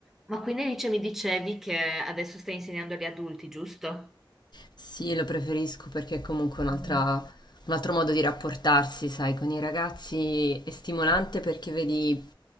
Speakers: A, in the centre; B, on the left (about 60°).
A: Ma quindi Alice mi dicevi che adesso stai insegnando agli adulti, giusto?
B: Sì, lo preferisco perché è comunque un'altra-
A: Mm.
B: un altro modo di rapportarsi, sai, con i ragazzi è stimolante perché vedi